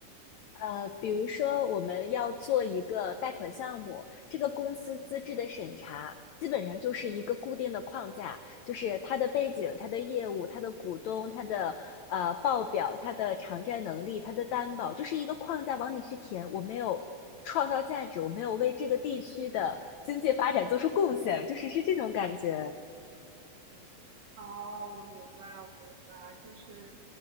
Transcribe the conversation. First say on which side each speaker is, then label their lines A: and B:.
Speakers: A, on the left; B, on the right.
A: 呃，比如说我们要做一个贷款项目，这个公司资质的审查基本上就是一个固定的框架，就是它的背景、它的业务、它的股东、它的呃报表、它的偿债能力、它的担保，就是一个框架往里去填。我没有创造价值，我没有为这个地区的经济发展做出贡献，就是是这种感觉。
B: 哦，我明白，我明白，就是，